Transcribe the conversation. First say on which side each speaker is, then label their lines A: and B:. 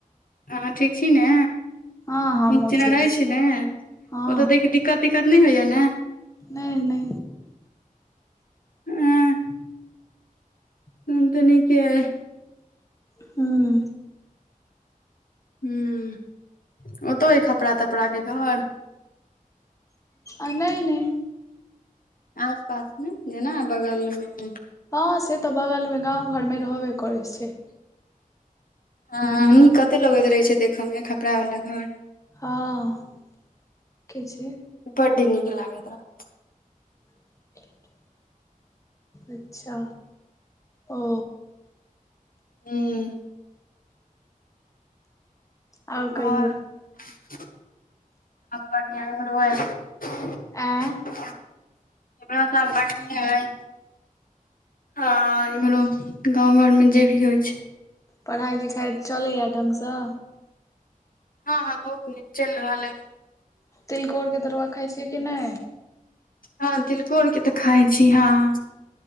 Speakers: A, on the left (about 75°); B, on the left (about 20°).
A: अहाँ ठीक छी ने?
B: हँ हमहूँ
A: नीक जना
B: ठीक
A: रहय छी ने
B: हँ
A: ओतऽ दै दिक्कत-तिक्कत नैय होइया ने?
B: नै नै।
A: एँ तहन तऽ नीके अय।
B: हूं।
A: हूं ओतौ अय खपड़ा-तपड़ा के घर?
B: अ नैय नैय।
A: आस-पास में जेना बगल में।
B: हँ से तऽ बगलमे गाँव घरमे रहबे करै छै।
A: हं नीक कते लगैत रहै छै देखऽ में खपड़ा वला घर।
B: हँ के छै?
A: बड्ड नीक लागैत रह
B: <unintelligible> अच्छा ओ।
A: हूं।
B: आओर कहियौ
A: और <unintelligible> बढ़िआँ <unintelligible> <unintelligible>
B: आँय
A: सब बढ़िएँ अय। आ इम्हरो गाँंव घर में जे भी होइ छै।
B: पढ़ाई-लिखाई चलैए ढ़ंग स?
A: हँ हँ बहुत नीक चइल रहल अय।
B: तिलकोरके तरुआ खाइ छियै कि नै?
A: हँ तिलकोर के तऽ खाइ छी हँ।